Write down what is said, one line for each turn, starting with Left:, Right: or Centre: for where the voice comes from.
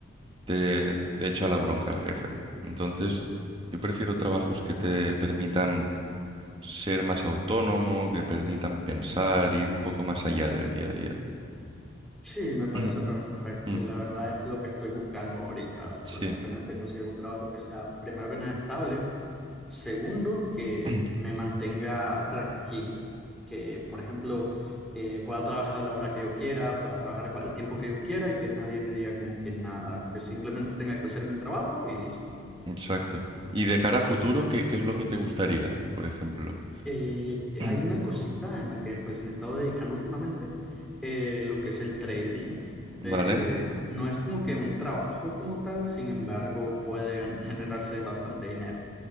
Right: te, te echa la bronca el jefe. Entonces yo prefiero trabajos que te permitan ser más autónomo, que permitan pensar, ir un poco más allá del día a día.
Centre: Sí, me parece
Right: <clears throat>
Centre: perfecto
Right: Mm,
Centre: y la verdad es lo que estoy buscando ahorita.
Right: Sí,
Centre: Básicamente conseguir un trabajo que sea, primero que nada, estable, segundo, que
Right: <clears throat>
Centre: me mantenga tranquilo, que, por ejemplo, eh, pueda trabajar a la hora que yo quiera, pueda trabajar cua- el tiempo que yo quiera y que nadie me diga como que nada, que simplemente tenga que hacer mi trabajo y listo.
Right: exacto. Y de cara a futuro, ¿qué, qué es lo que te gustaría, por ejemplo?
Centre: Eh,
Right: <clears throat>
Centre: hay una cosita en la que pues me he estado dedicando últimamente, eh, lo que es el trading.
Right: Vale,
Centre: Eh, no es como que un trabajo como tal, sin embargo, pueden generarse bastante dinero.